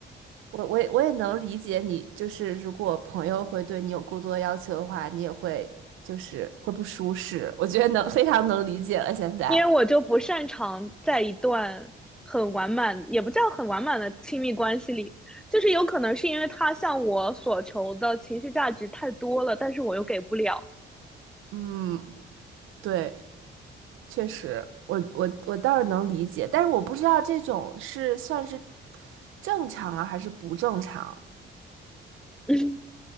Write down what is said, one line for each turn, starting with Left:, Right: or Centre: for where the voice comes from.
Right: 我我也我也能理解你，就是如果朋友会对你有过多要求的话，你也会就是会不舒适。我觉得能非常能理解了。现在，
Centre: 因为我就不擅长在一段很完满，也不叫很完满的亲密关系里，就是有可能是因为他向我所求的情绪价值太多了，但是我又给不了。
Right: 嗯，对，确实，我我我倒是能理解，但是我不知道这种是算是正常啊，还是不正常，
Centre: <laughs>